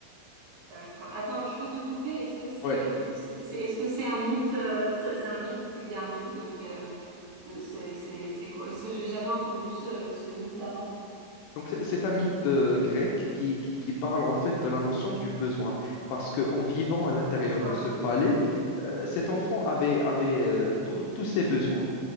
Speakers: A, on the right; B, on the left.
A: D'accord. Attends, je peux te couper? Est-ce que c'est
B: Ouais.
A: du coup c'est c'est- est-ce que c'est un mythe euh, c'est c'est un mythe qui vient d'où de que de- c'est c'est c'est quoi? Est-ce que j'ai jamais entendu ce ce mythe avant?
B: Donc, c'est c'est un mythe euh, grec qui, qui, qui parle en fait de la notion du besoin, parce qu'en vivant à l'intérieur
A: D'accord.
B: de ce palais, euh, cet enfant avait, avait euh, tous tous ses besoins.